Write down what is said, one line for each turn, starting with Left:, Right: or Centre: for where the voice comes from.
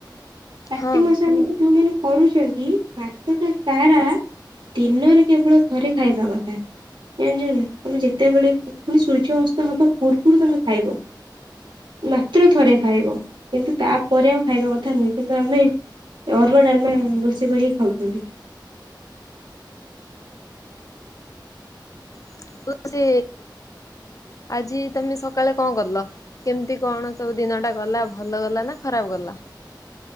Right: କାର୍ତ୍ତିିକ୍
Left: ହଁ
Right: ମାସ ଆମେ ଯୋଉମାନେ କରୁଚନ୍ତି ମାସଟା ସାରା ଦିନରେ କେବଳ ଥରେ ଖାଇବା କଥା। ଜାଣିଛ ନା ତମେ ଯେତେବେଳେ ପୁଣି ସୂର୍ଯ୍ୟ ଅସ୍ତ ହବା ପୂର୍ବୁରୁ ତମେ ଖାଇବ। ମାତ୍ର ଥରେ ଖାଇବ କିନ୍ତୁ ତାପରେ ଆଉ ଖାଇବା କଥା ନୁହେଁ। କିନ୍ତୁ ଆମେ ଅରୁଆ ଡାଲମା ରୋଷେଇ କରିକି ଖାଉଚନ୍ତି।
Left: <unintelligible> ସେ ଆଜି ତମେ ସକାଳେ କଣ କଲ? କେମ୍ତି କଣ ସବୁ ଦିନଟା ଗଲା ଭଲ ଗଲା ନା ଖରାପ୍ ଗଲା?